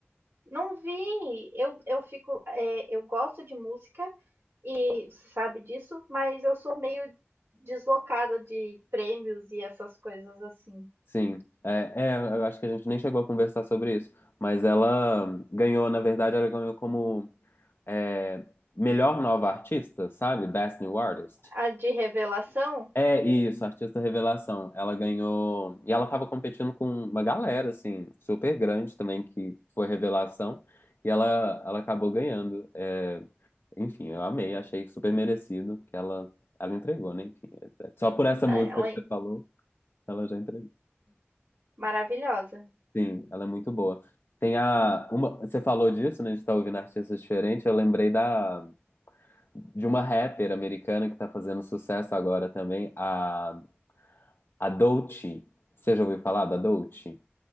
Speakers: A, on the right; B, on the left.
A: Não vi. Eu, eu fico, é, eu gosto de música, E você sabe disso, mas eu sou meio deslocada de prêmios e essas coisas assim.
B: Sim, é, é, eu acho que a gente nem chegou a conversar sobre isso, mas ela ganhou, na verdade, ela ganhou como é, melhor nova artista, sabe? Best New Artist.
A: A de revelação,
B: É isso, artista revelação. Ela ganhou. E ela tava competindo com uma galera, assim, super grande também, que foi revelação. E ela, ela acabou ganhando. É, enfim, eu amei, achei super merecido que ela, ela entregou, né? Enfim, é- é- só por essa
A: né,
B: música
A: ela
B: que
A: é
B: você falou, ela já entregou.
A: maravilhosa.
B: Sim, ela é muito boa. Tem a uma, você falou disso, né? De estar ouvindo artistas diferentes. Eu lembrei da de uma rapper americana que tá fazendo sucesso agora também, a a Doechii. Você já ouviu falar da Doechii?